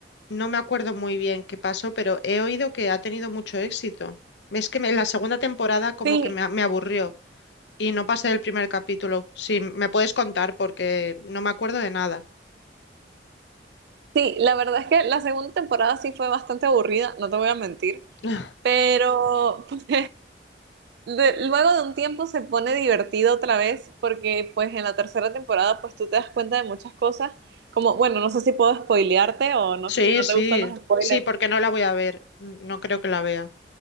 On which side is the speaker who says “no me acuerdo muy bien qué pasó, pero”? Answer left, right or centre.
Left